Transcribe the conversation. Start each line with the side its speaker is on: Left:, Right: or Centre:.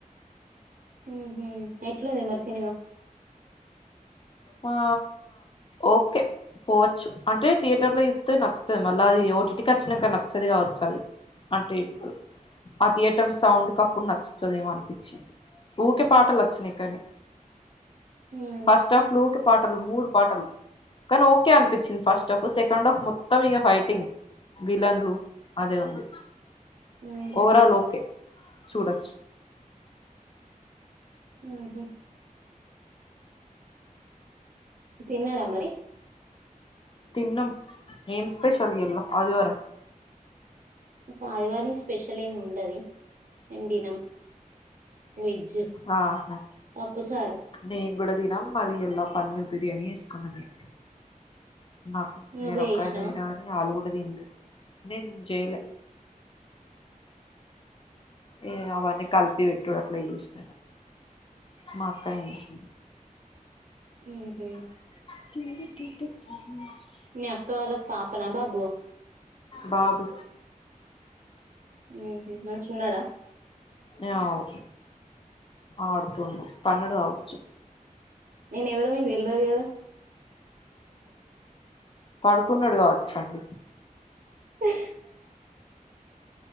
Right: ఉహు ఎట్లుంది మరి సినిమా
Left: వా ఓకే పోవచ్చు అంటే థియేటర్ లో చూత్తే నచ్చుతది మళ్ళ అది ఓఇంటికి వచ్చినాక నచ్చది కావచ్చు అది అంటే ఆ థియేటర్ సౌండ్ క అప్పుడు నచ్చుతదేమో అన్పిచ్చింది ఊకే పాటలు వచ్చినయ్ కానీ
Right: ఉ
Left: ఫస్ట్ ఆఫ్ క పాటలు మూడు పాటలు కానీ ఓకే అనిపించింది ఫస్ట్ హఫ్ సెకండ్ ఆఫ్ మొత్తం ఇక ఫైటింగ్ విలన్లు అదే ఉంది
Right: ఉహు
Left: ఓవరాల్ ఓకే చూడచ్చు
Right: ఆహ తిన్నారామరి
Left: తిన్నం ఎమ్ స్పెషల్ ఇయాల ఆదివారం
Right: ఇంకా ఆదివారం స్పెషల్ ఏమ్ ఉండది మేమ్ దినం వెజ్
Left: ఆహా
Right: పప్పు చారు
Left: నేన్ గూడా తినం మాది ఎల్లో పన్నీర్ బిర్యానీ ఏస్కున్నామ్ ఇగ ఆ
Right: నువ్వే
Left: నేను ఒక్క
Right: చేసినవా
Left: తినా ఇగ ఆళ్లు కూడా దిన్లే నేన్ చేయలే ఇగ అవన్నీ కలిపి పెట్టుడు అట్లా చేస్నా మాక్క నే చేసింది
Right: <inaudible>
Left: త
Right: మీ అక్క వాళ్ళక్ పాపనా బాబు ఆ
Left: బాబు
Right: ఉమ్ హు మంచు ఉన్నాడా
Left: అవు ఆడుతుండు పన్నుడు కావచ్చు
Right: నేనెవరో మీకు తెల్వద్ గదా
Left: పడుకున్నడు గావచ్చన్
Right: అ